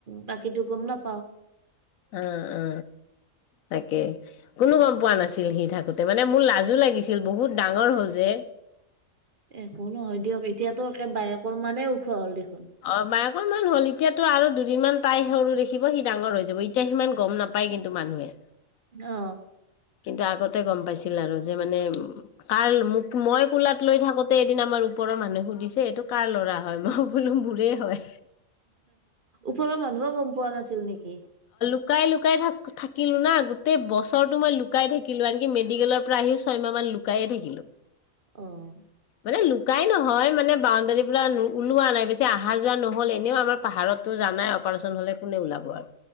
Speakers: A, on the right; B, on the left.
A: বাকীটো গম নাপাও।
B: অ', অ তাকে। কোনো গম পোৱা নাছিল সি থাক গোতে মানে মোৰ লাজো লাগিছিল বহুত ডাঙৰ হ'ল যে-
A: একো নহয় দিয়ক এতিয়াতো একে বায়েকৰ মানে উখ ওখ হ'ল দেখ
B: অবায়েকৰ মান হল এতিয়াতো আৰু দুদিনমান তাই সৰু দেখিব সি ডাঙৰ হৈ যাব ইত এতিয়া সিমান গম নাপ পাই কিন্তু মানুহে।
A: অ
B: কিন্তু আগতে গম পাইছিল আৰু যে, মানে কাৰ মোক মই কোলাত লৈ থাকোতে এদিন আমাৰ ওপৰৰ মানুহে সুধিছে সেইটো কাৰ ল'ৰা হয় মই বোলো মোৰে হয়।
A: ওপৰৰ মানুহো গম পোৱা নাছিল নেকি?
B: লুকাই-লুকাই থাক থাকিলোঁ না, গোটেই বছৰটো মই লু লুকাই থাকিলোঁ আনকি মেডিকেলৰ পৰা আহি ছয় মাহ মান লুকায়ে থাকিলোঁ।
A: অ',
B: মানে লুকাই নহয় মানে বাউণ্ডাৰী পৰা ওলোৱা নাই। যে আহা যাৱা নহ'লে এনেও আমাৰ পহাৰততো জানাই অপাৰেশ্যন হ'লে কোনে ওলাব আৰু,